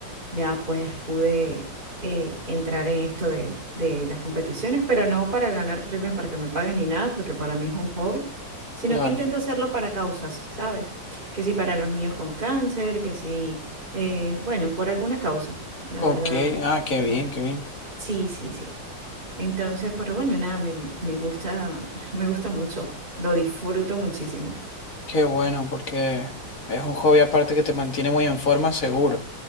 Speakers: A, on the right; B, on the left.
A: ya pues pude eh, entrar en esto de, de las competiciones, pero no para ganar premios para que me paguen ni nada, porque para mí es un hobby, sino
B: Claro.
A: que intento hacerlo para causas, ¿sabes? Que si para los niños con cáncer, que si, eh, bueno, por alguna causa, la
B: Ok,
A: verdad.
B: ah, qué
A: no-
B: bien, qué bien.
A: Sí, sí, sí. Entonces, pero bueno, nada, me, me gusta, <laughs> me gusta mucho, lo disfruto muchísimo.
B: Qué bueno, porque es un hobby aparte que te mantiene muy en forma, seguro.